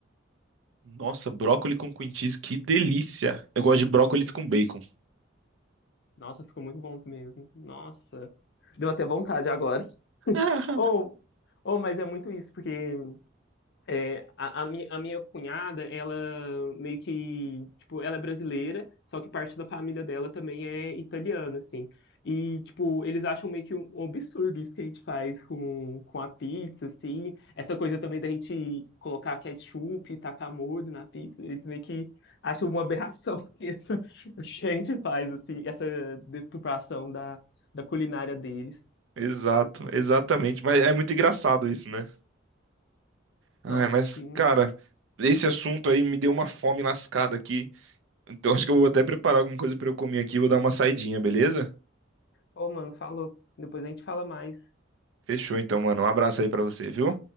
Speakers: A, on the right; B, on the left.
A: Nossa, brócoli com cream cheese, que delícia! Eu gosto de brócolis com bacon.
B: Nossa, ficou muito bom mesmo. Nossa, deu até vontade agora. <laughs>
A: <laughs>
B: Ou, ou, mas é muito isso, porque é, a, a minha, a minha cunhada, ela meio que, tipo, ela é brasileira, só que parte da família dela também é italiana, assim. E, tipo, eles acham meio que um, um absurdo isso que a gente faz com, com a pizza, assim. Essa coisa também da gente colocar ketchup e tacar molho na pizza, eles meio que acham uma aberração <laughs> isso que a gente faz, assim, essa deturpação da, da culinária deles.
A: Exato, exatamente. Mas é muito engraçado isso, né? Ai,
B: Nossa,
A: mas,
B: sim.
A: cara, esse assunto aí me deu uma fome lascada aqui. Então <laughs> acho que eu vou até preparar alguma coisa pra eu comer aqui. Vou dar uma saidinha, beleza?
B: Ô, mano, falou. Depois a gente fala mais.
A: Fechou então, mano. Um abraço aí pra você, viu?